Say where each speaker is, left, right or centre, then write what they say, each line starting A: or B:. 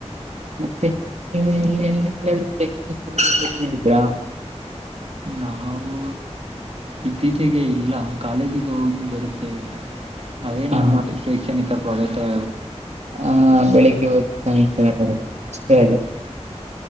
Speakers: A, on the right; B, on the right.
A: ಮತ್ತೆ ನೀವು ಎ ಎಲ್ಲೇಿದೀರಾ
B: ನಾವು ಇತ್ತೀಚೆಗೆ ಇಲ್ಲ ಕಾಲೇಜಿಗೆ ಹೋಗಿ ಬರುತ್ತೇವೆ ಅದೇ
A: ಹ
B: ನಮ್ಮ ಶೈಕ್ಷಣಿಕ ಪ್ರವೇಶಿದೆ
A: ಹ ಬೆಳಿಗ್ಗೆ ಹದಿ ಸಾಯಂಕಾಲ ಬರದು ಅಷ್ಟೇ ಅದ